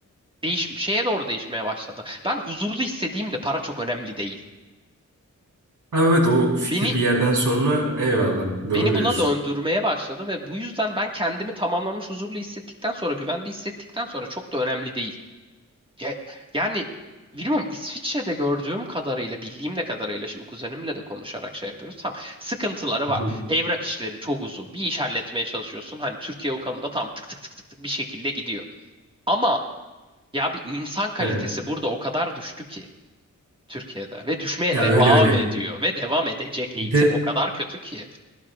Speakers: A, on the right; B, on the right.
A: değiş şeye doğru değişmeye başladı. Ben huzurlu hissediğimde para çok önemli değil.
B: Ama evet o fikir
A: Beni
B: bir yerden sonra eyvallah doğru
A: beni
B: diyorsun.
A: buna döndürmeye başladı ve bu yüzden ben kendimi tamamlanmış huzurlu hissettikten sonra, güvende hissettikten sonra çok da önemli değil. Ya- yani bilmiyorum İsviçre'de gördüğüm kadarıyla, bildiğim de kadarıyla şimdi kuzenimle de konuşarak şey yapıyoruz. Tam sıkıntıları
B: Hı
A: var.
B: hı.
A: Evrak işleri çok uzun. Bir iş halletmeye çalışıyorsun. Hani Türkiye o konuda tam tık tık tık tık tık bir şekilde gidiyor. Ama ya bir insan kalitesi
B: Evet.
A: burada o kadar düştü ki Türkiye'de ve düşmeye
B: Ya
A: devam
B: öyle öyle.
A: ediyor ve devam edecek
B: Bir
A: eğitim
B: de
A: o kadar kötü ki.